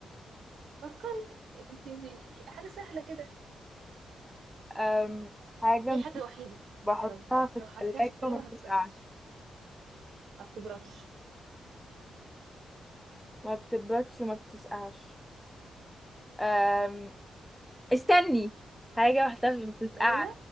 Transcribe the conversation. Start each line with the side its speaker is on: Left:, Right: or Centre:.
Right: فكري انت دي حاجة سهلة كده
Centre: أم حاجة
Right: هي حاجة وحيدة
Centre: بحطها
Right: لو
Centre: في
Right: لو
Centre: التلاجة
Right: حطيتيها في التلاجة
Centre: وما بتسقعش
Right: ما بتسقعش ما بتبردش
Centre: ما بتبردش وما بتسقعش أم استني حاجة واحدة اللي بتسقع
Right: ايوه